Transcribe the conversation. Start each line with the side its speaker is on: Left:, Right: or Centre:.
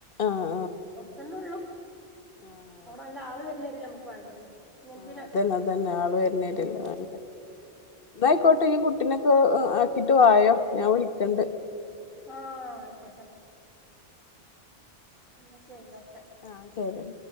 Left: ആഹ് ആഹ്
Centre: കൊറച്ചന്നെ ഉള്ളൂ.
Left: ആഹ്
Centre: അവിടെല്ല ആൾ വരുന്നെരിയാല നമുക്ക് വേണ്ടത്. ഇങ്ങനത്തീനൊക്കെ
Left: ആ അതന്നെ, അതന്നെ ആള് വരുന്നേരല്ലേ
Centre: ആഹ്
Left: വേണ്ടെ. ന്നായിക്കോട്ടെ ഈ കുട്ടിനൊക്കെ ആക്കിട്ട് വായോ ഞാൻ വിളിക്കണ്ട്.
Centre: ആഹ് ആയിക്കോട്ടെ. പിന്ന ശരി ഓക്കെ.
Left: ആഹ് തേരും